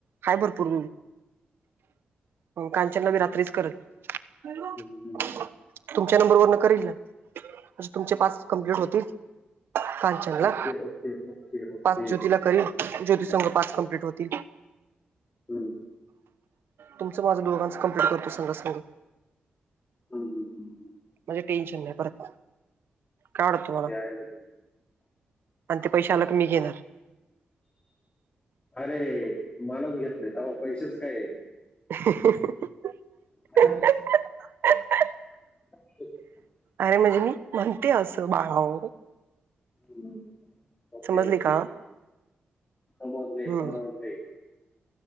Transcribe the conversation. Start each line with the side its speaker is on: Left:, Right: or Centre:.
Right: हाय भरपूर हो कांचनका मी रात्रीच करल होयव
Left: हम्म.
Right: तुमच्या नंबर वर न करील तुमचे पाच कंप्लीट होतील काल म्हणलं
Left: ओके ओके ओके ओके
Right: पाच ज्योतीला करील ज्योती संघ पाच कम्प्लीट होतील.
Left: हम्म,
Right: तुमचं माझं दोघांचं कमप्लीट करतो संग संग.
Left: हम्म, हम्म.
Right: म्हणजे टेन्शन नाही परत,, काय वाटत तुमाला?
Left: हॅलो,
Right: आणि ते पैसे आला का मी घेणार.
Left: अरे, घेतलय, थांबा, त्हा पैशाच कायय?
Right: <unintelligible>
Left: <unintelligible>
Right: <unintelligible>
Left: <unintelligible>
Right: अरे म्हणजे मी म्हणते असं बाळा ओ
Left: हम्म ओके-ओके
Right: समजली का
Left: समजले-समोजले.
Right: हम्म